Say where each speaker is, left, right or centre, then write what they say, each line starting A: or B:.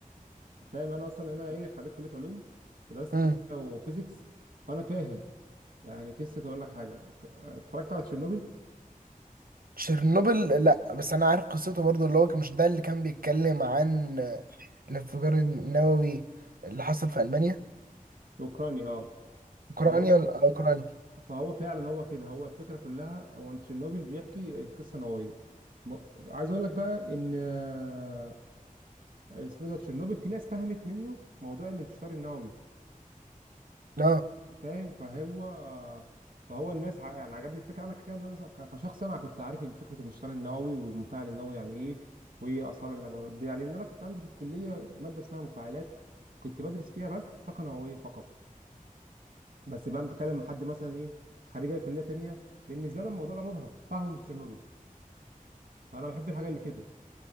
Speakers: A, on the right; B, on the right.
A: فاهم انا اصلا انا ايه خريج كليه علوم فدرست
B: <laughs>
A: كيمياء وفيزيكس فانا فاهم يعني قصه اقول لك حاجه ك- اتفرجت على تشيرنوبل
B: تشيرنوبل لا بس انا عارف قصته برضو اللي هو كان- مش ده اللي كان بيتكلم عن الانفجار النووي اللي حصل في المانيا
A: في اوكرانيا اه
B: اوكرانيا
A: فهو
B: ولا- آه، اوكرانيا
A: فهو فعلا هو كده هو الفكره كلها هو إن تشيرنوبل بيحكي قصه نوويه م- عايز اقول لك بقى ان آه، اسمه إيه ده تشيرنوبل في ناس فهمت منه موضوع الانتشار النووي
B: اه
A: فاهم فهو فهو الناس ع- يعني عجبني الفكره انا كان مثلا ك- كشخص انا كنت عارف فكره الانشطار النووي والمفاعل النووي يعني ايه وايه اثار اللي بتضيع لان انا كنت عندي في الكليه ماده اسمها مفاعلات كنت بدرس فيها بس طاقه نوويه فقط بس بقى بتكلم مع حد مثلا ايه خريج أي كليه تانية بالنسبه له الموضوع ده مبهم فاهمه من تشيرنوبل فانا بحب الحاجه اللي كده